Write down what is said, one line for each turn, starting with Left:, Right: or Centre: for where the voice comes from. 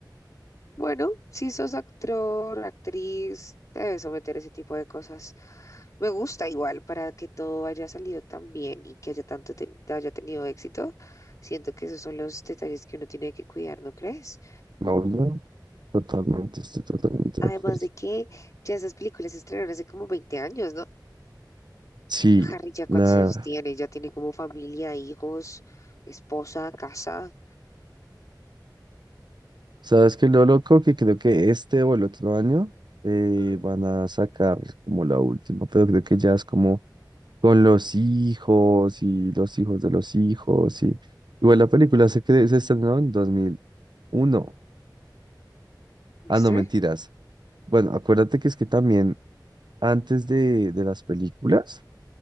Left: Bueno, si sos actor, actriz, te debes someter a ese tipo de cosas. Me gusta igual para que todo haya salido tan bien y que haya tanto te- haya tenido éxito. Siento que esos son los detalles que uno tiene que cuidar, ¿no crees?
Right: No, no, totalmente, estoy totalmente
Left: Además
Right: de acuerdo.
Left: de que ya esas películas se estrenaron hace como 20 años, ¿no?
Right: Sí,
Left: Harry ya cuántos
Right: la,
Left: años tiene, ya tiene como familia, hijos, esposa, casa.
Right: ¿Sabes qué es lo loco? Que creo que este o el otro año eh,
Left: Ujú.
Right: van a sacar como la última, pero creo que ya es como con los hijos y los hijos de los hijos y... Igual la película se, cre- se estrenó en dos mil uno
Left: ¿Viste?
Right: Ah, no, mentiras. Bueno, acuérdate que es que también antes de, de las películas